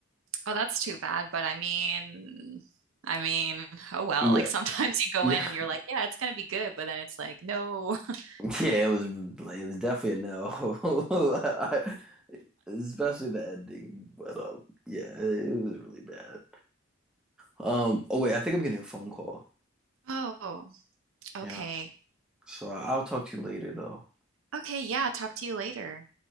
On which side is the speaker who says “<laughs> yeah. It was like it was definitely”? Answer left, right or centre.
Centre